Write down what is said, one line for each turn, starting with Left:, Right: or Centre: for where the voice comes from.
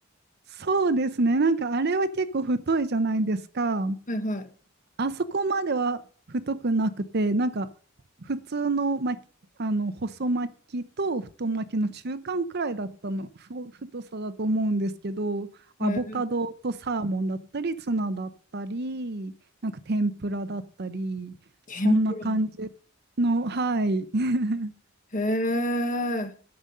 Right: そうですね。なんかあれは結構太いじゃないですか。
Left: はいはい。
Right: あそこまでは太くなくて、なんか普通の巻き、あの細巻きと太巻きの中間くらいだったの、ふ太さだと思うんですけど、アボカドとサーモンだったり、
Left: ええ
Right: ツナだったり、なんか天ぷらだったり、
Left: 天ぷら。
Right: そんな感じの、はい。<laughs>
Left: へえ、